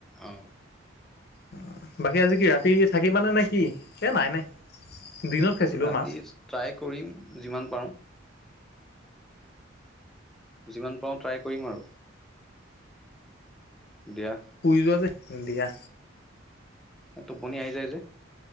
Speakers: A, in the centre; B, on the left (about 50°).
A: অহ
B: অ বাকী আজি কি ৰাতি থাকিবানে নে কি এই নাই নাই দিনত খাইছিলোঁ
A: ৰাতি
B: অ মাছ
A: ট্ৰাই কৰিম যিমান পাৰোঁ যিমান পাওঁ ট্ৰাই কৰিম আৰু দিয়া
B: শুই যোৱা যে দিয়া
A: এ টোপনি আহি যায় যে